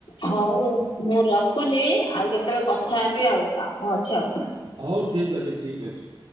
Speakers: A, on the left; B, on the right.
A: ହଉ ମୁଁ ରଖୁଛି ଆଉ କେତେବେଳେ କଥା ହେବି ଆଉ କାମ ଅଛି ଆଉ।
B: ହଉ ଠିକ୍ ଅଛି ଠିକ୍ ଅଛି।